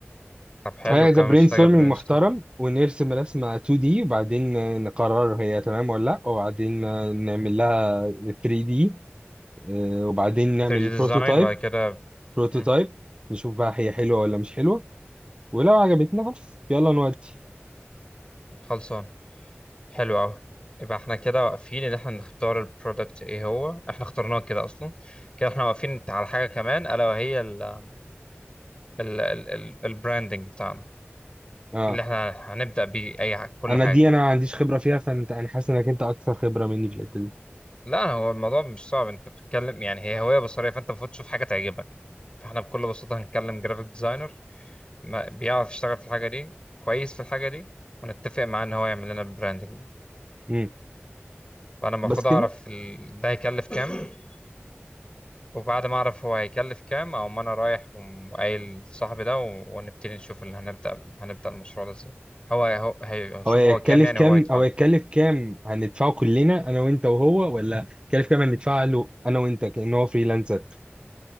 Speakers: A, on the left; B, on the right.
A: طب حلو
B: حاجة
A: كمان
B: زي برين
A: مش محتاجة
B: ستورمينج
A: برين
B: محترم
A: ستورم
B: ونرسم رسمة 2D وبعدين نقرر هي تمام ولا لأ وبعدين نعمل لها 3D آه، وبعدين نعمل
A: 3D
B: بروتوتايب
A: ديزاين بعد كده
B: بروتوتايب
A: مم،
B: نشوف بقى هي حلوة ولا مش حلوة ولو عجبتنا خلاص يلا نودي
A: خلصان حلو قوي يبقى احنا كده واقفين ان احنا نختار البرودكت ايه هو احنا اخترناه كده اصلا كده احنا واقفين على حاجة كمان الا وهي ال ال ال البراندنج بتاعنا
B: اه
A: اللي احنا هنبدأ بيه اي ح- كل
B: انا
A: حاجة
B: دي انا ما عنديش خبرة فيها فانت انا حاسس انك انت اكثر خبرة مني في الحتة دي
A: لا هو الموضوع مش صعب انت بتتكلم يعني هي هوية بصرية فانت المفروض تشوف حاجة تعجبك فاحنا بكل بساطة هنكلم جرافيك ديزاينر بيعرف يشتغل في الحاجة دي كويس في الحاجة دي ونتفق معاه ان هو يعمل لنا البراندنج ده
B: مم.
A: فانا المفروض
B: بس كده
A: اعرف ال... ده هيكلف كام <laughs> وبعد ما اعرف هو هيكلف كام او ما انا رايح وقايل صاحبي ده و... ونبتدي نشوف اللي هنبدأ هنبدأ المشروع ده ازاي هو هو هي- هشوف
B: هو هيتكلف
A: هو كام يعني
B: كام
A: هو يدفع
B: او هيتكلف كام هندفعه كلنا انا وانت وهو ولا هيتكلف كام هندفعه له انا وانت كأنه هو فريلانسر